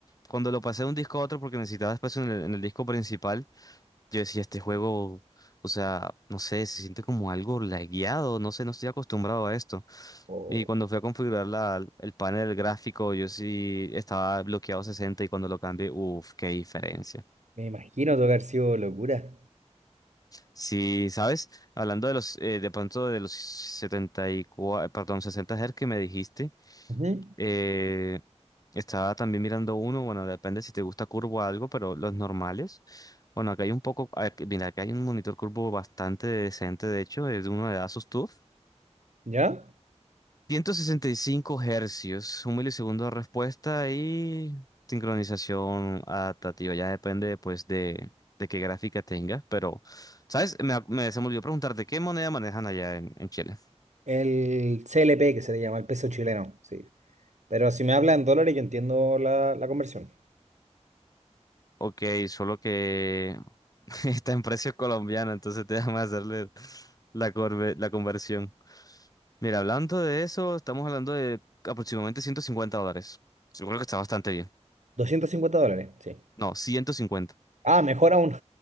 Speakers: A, on the left (about 30°); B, on the right (about 80°).
A: cuando lo pasé de un disco a otro porque necesitaba espacio en el, en el disco principal, yo decía, este juego, o sea, no sé, se siente como algo lagueado, no sé, no estoy acostumbrado a esto.
B: God.
A: Y cuando fui a configurar la- el panel gráfico, yo sí estaba bloqueado 60 y cuando lo cambié, uff, qué diferencia.
B: Me imagino tocar sido locura.
A: Sí, ¿sabes? Hablando de los, eh, de pronto de los 74, perdón, 60 Hz que me dijiste,
B: Ujú.
A: eh, estaba también mirando uno, bueno, depende si te gusta curvo o algo, pero los normales, bueno, acá hay un poco, ac- mira, acá hay un monitor curvo bastante decente, de hecho, es de uno de Asus TUF,
B: ¿Ya?
A: 165 hercios, un milisegundo de respuesta y sincronización adaptativa. Ya depende, pues, de, de qué gráfica tengas. Pero, ¿sabes? Me, me, se me olvidó preguntarte, ¿qué moneda manejan allá en, en Chile?
B: El CLP que se le llama, el peso chileno, sí. Pero si me habla en dólares, yo entiendo la, la conversión.
A: Ok, solo que <laughs> está en precio colombiano, entonces te déjame hacerle la, corve- la conversión. Mira, hablando de eso, estamos hablando de aproximadamente 150 dólares. Yo creo que está bastante bien.
B: 250 dólares, sí.
A: No, ciento cincuenta
B: Ah, mejor aún.